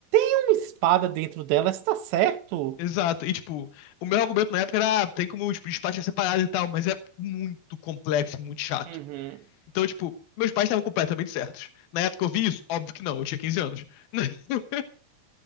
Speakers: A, on the right; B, on the left.
A: Uma espada dentro dela, está certo?
B: Exato. E, tipo, o meu argumento na época era, ah, tem como, tipo, despachar separado e tal, mas é muito complexo e muito chato.
A: Uhum.
B: Então, tipo, meus pais estavam completamente certos. Na época eu vi isso? Óbvio que não, eu tinha 15 anos. <laughs>